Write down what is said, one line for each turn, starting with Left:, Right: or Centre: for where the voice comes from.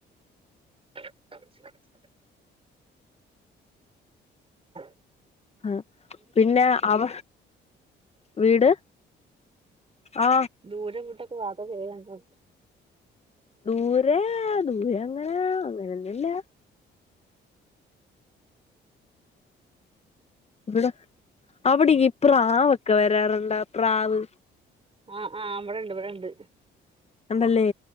Right: അ <unintelligible> ആ <unintelligible>
Left: ആ പിന്നെ അവ വീട് ആ
Right: ദൂര ദൂർ തക്ക വത്ത ഫേ <unintelligible>
Left: ദൂരെ ദൂരെ അങ്ങനെ അങ്ങനൊന്നി ല്ല ഇവിടെ അവിടീ പ്രാവൊക്കെ വരാറുണ്ടോ പ്രാവ്
Right: ആ ആ ഇവിടുണ്ട് ഇവിടുണ്ട്
Left: ഉണ്ടല്ലേ